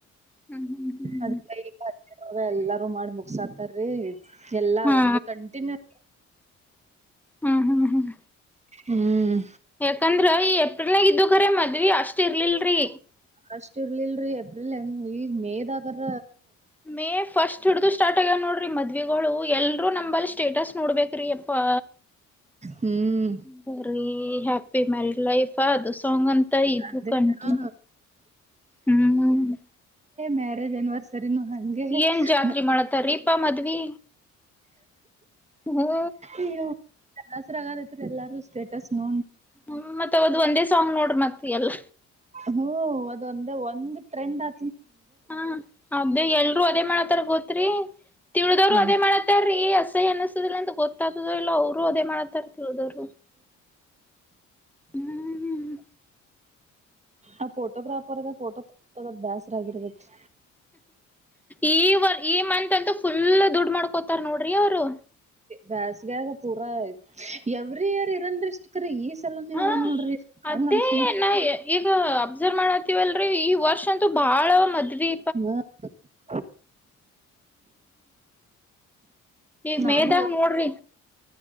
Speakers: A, in the centre; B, on the right.
A: ಹ್ಮ್ ಹ್ಮ್
B: ಅದ್ ಕೈಗಾ ಅದ ಎಲ್ಲಾರೂ ಮಾಡಿ ಮುಗಸಾತಾರೀ. ಎಲ್ಲಾ
A: ಹಾ
B: ಒಮ್ಮೆ ಕಂಟಿನ್ಯೂ <inaudible>
A: ಹ್ಮ್ ಹ್ಮ್ ಹ್ಮ್
B: ಹ್ಮ್
A: ಯಾಕಂದ್ರ ಈ ಏಪ್ರಿಲ್ನಾಗ ಇದ್ವು ಕರೆ ಮದ್ವಿ ಅಷ್ಟ ಇರ್ಲಿಲ್ರಿ.
B: ಅಷ್ಟ ಇರ್ಲಿಲ್ರಿ ಎಪ್ರಿಲ್ನ್ಯಾಗ ಈಗ ಮೇದಾಗರ
A: ಮೇ ಫಸ್ಟ್ ಹಿಡ್ದೂ ಸ್ ಸ್ಟಾರ್ಟ್ ಆಗ್ಯಾವ ನೋಡ್ರಿ ಮದ್ವಿಗಳು ಎಲ್ರೂ ನಂಬಲ್ಲಿ ಸ್ಟೇಟಸ್ ನೋಡ್ಬೇಕ್ರೀ ಎಪ್ಪಾ
B: ಹ್ಮ್
A: ಬುಂಗ್ರಿ ಹ್ಯಾಪಿ ಮ್ಯರಿಡ್ ಲೈಫಾದುಸ್ ಸೊಂಗನ್ ಇದು
B: ಅದೇ
A: ಕಂಟಿನ್ಯೂ
B: ಹಾ
A: ಹ್ಮ್
B: ಮ್ಯಾರೆಜ್ ಆನಿವರ್ಸರ್ ನು ಹಂಗೆ ಹ್ಮ್
A: ಏನ್ ಜಾತ್ರಿ
B: ಹ್ಮ್
A: ಮಾಡತಾರೀಪಾ
B: ಹ್ಮ್
A: ಮದ್ವಿ ಹ್ಮ
B: ಅಯ್ಯೋ ಬ್ಯಾಸ್ರ ಆಗದೈತದ್ ಎಲ್ಲಾರೂ ಸ್ಟೇಟಸ್ ನೋ
A: ಹ್ಮ ಮತ್ತ್ ಅವದ್ ಒಂದೇ ಸಾಂಗ್ ನೋಡ್ರಿ ಮತ್ ಎಲ್ಲ
B: ಹೂ ಅ ದೊಂದ್ ಒಂದು ಟ್ರೆಂಡ್ ಆ
A: ಹಾ ಅದೇ ಎಲ್ರು ಅದೇ ಮಾಡತಾರ ಗೊತ್ ತ್ರಿ ತಿಳಿದವರು
B: ಹ್ಮ್
A: ಅದೇ ಮಾಡತ್ತಾರೀ ಅಸ್ ಸಗ್ ಅನಿಸುದಿಲ್ಲ ಅಂತ ಗೊತ್ತಾದದೋ ಇಲ್ಲ ಅವರು ಅದೇ ಮಾಡತ್ತಾರ್ ತಿಳ್ದವ್ರು ಹ್ಮ್ ಹ್
B: ಅ ಫೋಟೋಗ್ರಾಫರ್ದ ಫೋಟೋ ತ ತರ ಬ್ಯಾಸ್ರಾಗಿರ್ಬೇಕ್ರಿ.
A: ಈ ವರ್ ಈ ಮಂತ್ ಅಂತು ಫುಲ್ ದುಡ್ ಮಾಡ್ಕೋತಾರ್ ನೋಡ್ರಿ ಅವ್ರು.
B: ಬೇಸ್ಗ್ಯಾಗ್ ಪೂರಾ ಎವ್ರಿ ಇಯರ್ ಇರಲ್ರಿ ಇಷ್ಟ್ ಕ್ರಿ ಈ ತಲ್ಲನ್
A: ಹಾ
B: ಯಾವ ನೋಡ್ರಿ ನಂಗ್
A: ಅದೇ
B: ಅನ್ಸು ಮುಟ್ಟಿಗ್.
A: ನಾ ಈಗ ಅಬ್ಸರ್ವ್ ಮಾಡ್ತಿವಲ್ರಿ ಈ ವರ್ಷ ಗಂತು ಬಾಳ ಮದ್ವಿ.
B: <unintelligible>
A: ಈ
B: ನಾನು
A: ಮೇಯದಾಗ ನೋಡ್ರಿ